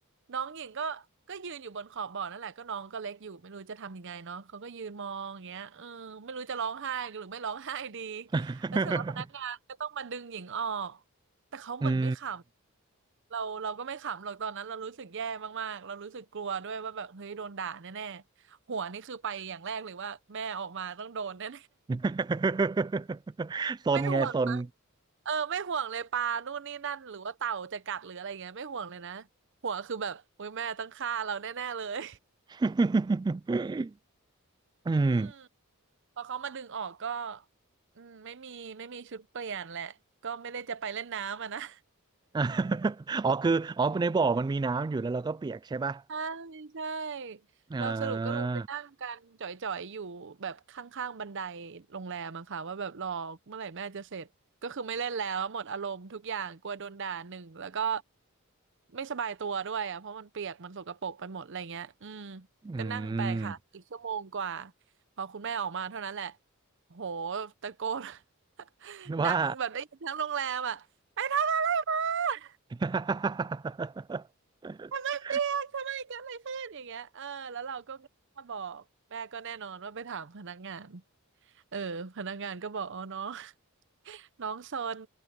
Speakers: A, on the right; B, on the right.
A: น้องหญิงก็ก็ยืนอยู่บนขอบบ่อนั่นแหละก็น้องก็เล็กอยู่ไม่รู้จะทำยังไงเนาะเขาก็ยืนมองอย่างเงี้ยเออไม่รู้จะร้องไห้หรือไม่ร้องไห้ดี
B: <laughs>
A: แล้วเสร็จแล้วพนักงานก็ต้องมาดึงหญิงออกแต่เขาเหมือนไม่ขำ
B: อืม
A: เราเราก็ไม่ขำหรอกตอนนั้นเรารู้สึกแย่มากๆเรารู้สึกกลัวด้วยว่าแบบเฮ้ยโดนด่าแน่ๆหัวนี่คือไปอย่างแรกเลยว่าแม่ออกมาต้องโดนแน่
B: <laughs> ซนไงซน
A: ไม่ห่วงมัเออไม่ห่วงเลยปลานู่นนี่นั่นหรือว่าเต่าจะกัดหรืออะไรเงี้ยไม่ห่วงเลยนะห่วงคือแบบโอ้ยแม่ต้องฆ่าเราแน่ๆเลย
B: <laughs>
A: <laughs>
B: อืม
A: อืมพอเขามาดึงออกก็อืมไม่มีไม่มีชุดเปลี่ยนแหละก็ไม่ได้จะไปเล่นน้ำอ่ะนะ
B: <laughs> อ๋อคือ อ๋อในบ่อมันมีน้ำอยู่แล้วเราก็เปียกใช่ป่ะ
A: ใช่ใช่
B: อ่า
A: เราสรุปก็เลยไปนั่งกันจ่อยๆอยู่แบบข้างๆบันไดโรงแรมอะค่ะว่าแบบรอเมื่อไหร่แม่จะเสร็จก็คือไม่เล่นแล้วหมดอารมณ์ทุกอย่างกลัวโดนด่าหนึ่งแล้วก็ไม่สบายตัวด้วยอะเพราะมันเปียกมันสกปรกไปหมดอะไรเงี้ยอืม
B: อืม
A: ก็นั่งไปค่ะอีกชั่วโมงกว่าพอคุณแม่ออกมาเท่านั้นแหละโหตะโกน <laughs>
B: <laughs> ว่า
A: ดังแบบได้ยินทั้งโรงแรมอะไปทำอะไรมา
B: <laughs>
A: ทำไมเปรี้ยงทำไมเกิดอะไรขึ้นอย่างเงี้ยเออแล้วเราก็กล้าบอกแม่ก็แน่นอนว่าไปถามพนักงานเออพนักงานก็บอกอ๋อน้อง <laughs> น้องซน